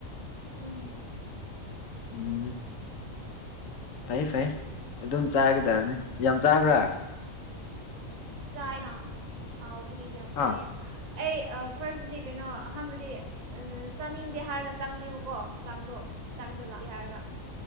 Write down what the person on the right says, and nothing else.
ꯎꯝ
ꯆꯥꯏ ꯍꯥꯎ ꯒꯤ ꯌꯥꯝ
ꯆꯥꯏꯌꯦ ꯑꯩ ꯐꯥꯔꯁꯗꯤ ꯀꯩꯅꯣ ꯑꯍꯥꯟꯕꯗꯤ ꯆꯥꯅꯤꯡ ꯗꯤ ꯍꯥꯏꯔꯒ ꯆꯪꯕꯅꯦꯕꯀꯣ ꯆꯥꯛꯇꯣ ꯆꯥꯛꯇꯣ ꯂꯥꯛꯑꯦ ꯍꯥꯏꯔꯒ